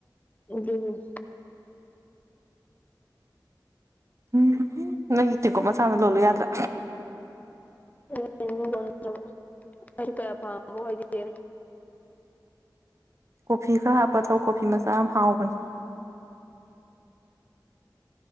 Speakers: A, on the left; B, on the right.
A: ꯎ
B: ꯎꯝ ꯅꯣꯏ ꯏꯇꯦꯀꯣꯃ ꯁꯥꯟꯅ ꯂꯣꯜꯂꯨ ꯌꯥꯗ꯭ꯔꯥ
A: <unintelligible> ꯑꯩ ꯀꯌꯥ ꯄꯥꯝꯕ ꯑꯣꯏꯗꯦ
B: ꯀꯣꯐꯤ ꯈꯔ ꯍꯥꯞꯄ ꯊꯥꯎ ꯀꯣꯐꯤ ꯃꯆꯥ ꯑꯃ ꯍꯥꯎꯕꯅꯦ